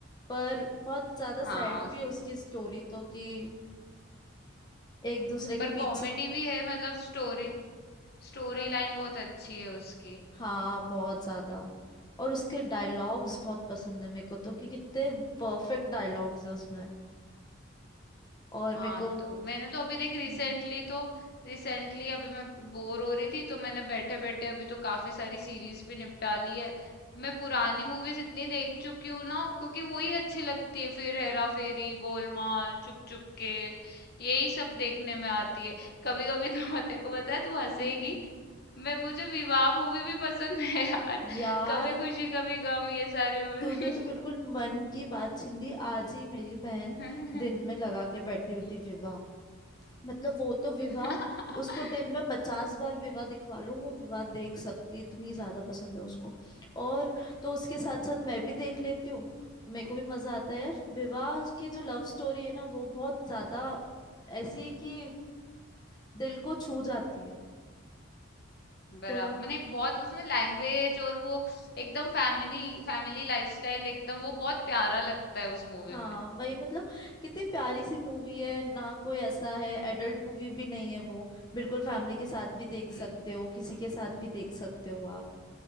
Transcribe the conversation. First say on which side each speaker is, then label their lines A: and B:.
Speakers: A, on the left; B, on the left.
A: पर बहुत ज्यादा
B: हाँ
A: सैड
B: उस-
A: भी है उसकी स्टोरी तो कि एक दूसरे के
B: पर
A: पीछे
B: कॉमेडी भी है मतलब स्टोरी स्टोरी
A: हाँ
B: लाइन बहुत अच्छी है उसकी
A: हाँ बहुत ज्यादा और उसके डायलॉग्स बहुत पसंद है मेरे को तो कि कितने परफेक्ट डायलॉग्स है उसमें और
B: हाँ
A: मेरे को
B: तो मैंने तो अभी देख रिसेंटली
A: हम्म
B: तो रिसेंटली अभी मैं बोर हो रही थी तो मैंने बैठे बैठे अभी तो काफी सारी सीरीज भी निपटा ली है मैं पुरानी मूवीज इतनी देख चुकी हूँ ना क्योंकि वही अच्छी लगती है फिर हेरा फेरी गोलमाल चुप चुप के यही सब देखने में आती है कभी कभी तो <laughs> तेरे को पता है तू हंसेगी
A: हम्म,
B: मैं मुझे विवाह मूवी भी पसंद है यार
A: यार
B: कभी खुशी कभी गम ये सारी मूवी
A: तूने तो बिल्कुल मन की बात छीन ली आज ही मेरी बहन
B: <laughs>
A: दिन में लगा के बैठी
B: हम्म।
A: हुई थी विवाह मतलब वो तो विवाह
B: <laughs>
A: उसको दिन में पचास बार विवाह दिखवा लो वो विवाह देख सकती है इतनी ज्यादा पसंद है उसको और तो उसके साथ साथ मैं भी देख लेती हूँ मेरे को भी मजा आता है यार विवाह की जो लव स्टोरी है ना वो बहुत ज्यादा ऐसी है कि दिल को छू जाती है
B: बराबर
A: तो
B: मैंने बहुत उसमें लैंग्वेज और वो एकदम फैमिली फैमिली लाइफस्टाइल एकदम वो बहुत प्यारा लगता है उस मूवी
A: हाँ
B: में
A: वही मतलब कितनी प्यारी सी मूवी है ना कोई ऐसा है एडल्ट मूवी भी नहीं है वो बिल्कुल फैमिली के साथ भी देख
B: हम्म
A: सकते हो किसी के साथ भी देख सकते हो आप